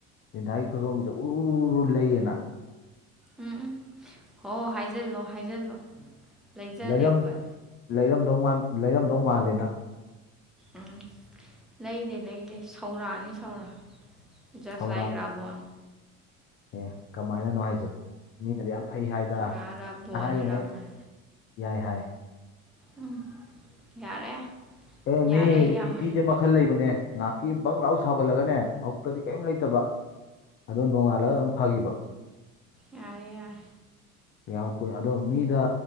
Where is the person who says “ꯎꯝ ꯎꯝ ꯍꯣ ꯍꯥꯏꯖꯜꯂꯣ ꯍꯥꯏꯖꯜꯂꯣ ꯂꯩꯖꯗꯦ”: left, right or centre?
Centre